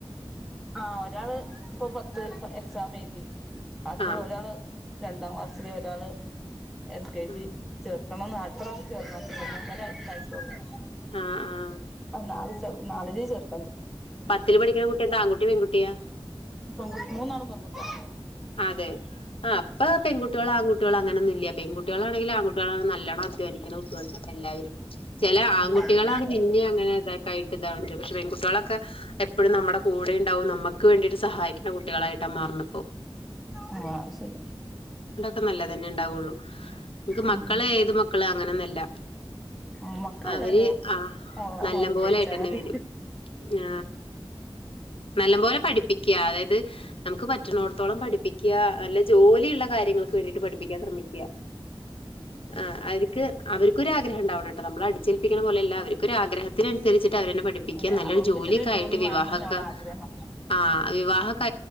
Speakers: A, in the centre; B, on the left (about 70°).
A: ആ ഒരാള് ഇപ്പൊ അത് ഇപ്പോ എക്സാം എഴുതി. അത്
B: ആഹ്
A: ഒരാള് രണ്ടാം ക്ലാസ് ചെറിയഒരാള് എൽ കെ ജി
B: ആഹ്
A: ചേ ഒന്ന് ഒന്ന് അടുത്ത പ്രാവശ്യം ചേർക്കുംഅച്ചിട്ടാ ഒന്നഴ ആഴ്ച്ചേ ആയിട്ടോള്ളൂ
B: ആഹ്
A: ഒന്നത് നാലഴി ചേർക്കണണ്ട്
B: പത്തില് പഠിക്കണ കുട്ടിയുണ്ട് ആൺകുട്ടി പെൺകുട്ടിയാ
A: പ്പം മൂന്നാളും പെൺകുട്ടിയാ
B: അതെ ആ അപ്പ പെൺകുട്ടിയോള് ആൺകു കുട്ടികള് അങ്ങനൊന്നില്യ പെൺകുട്ടികളാണെങ്കില് ആൺകുട്ടികളാണ് നല്ലോണം അധ്വാനിക്കണം തന്നെ എല്ലാവരും ചില ആൺകുട്ടികളാണ്
A: അതെ
B: പിന്നെ അങ്ങനെ ഇതൊക്കെയായിട്ട് ഇതാവണത് പക്ഷെ പെൺകുട്ടിയോള് ക എപ്പോഴും നമ്മുടെ കൂടെുണ്ടാവും നമ്മുക്ക് വേണ്ടിട്ട് സഹായിക്കണ കുട്ടികളായിട്ടാ മാറണപ്പോ
A: ആഹ് അത് ശരി
B: ഇണ്ടൊക്കെ നല്ലതുതന്നെ ഉണ്ടാവുള്ളു നിക്ക്
A: ഉം
B: മക്കളെ ഏത് മക്കള അങ്ങനൊന്നല്ല
A: ഉം മക്കള്
B: അവര്
A: ഏതായാലും
B: ആ
A: അള്ളാഹു
B: നല്ല
A: അനുഗ്രഹിച്ചാ
B: പോലെയ്ട്ടെന്നെ
A: മതി
B: വരും ആ നല്ലപോലെ പഠിപ്പിക്കാ അതായത് നമുക്ക് പറ്റ് ചുന്നോട് ത്തോളം പഠിപ്പിക്കുക അല്ല ജോലിയുള്ള കാര്യങ്ങൾക്ക് വേണ്ടിട്ട് പഠിപ്പിക്കാൻ ശ്രമിക്കുക ആ അവര്ക്ക് അവർക്കൊരാഗ്രഹം ഇണ്ടാവനണെട്ടോ നമ്മളടിച്ചേൽപ്പിക്കണ പോലെയല്ല അവരിക്കൊരാഗ്രത്തിനനുസരിച്ച് ട്ടവരെന്നെ പഠിപ്പിക്ക
A: അല്ല
B: നല്ലൊരു
A: അവൾക്ക്
B: ജോലിയൊക്കെ
A: ചെറിയ ജോലി
B: ആയിട്ട്
A: വേണംന്ന്
B: വിവാഹൊക്കെ
A: തന്നെ അവളെ ആഗ്രഹം
B: ആഹ് വിവാഹൊക്കെ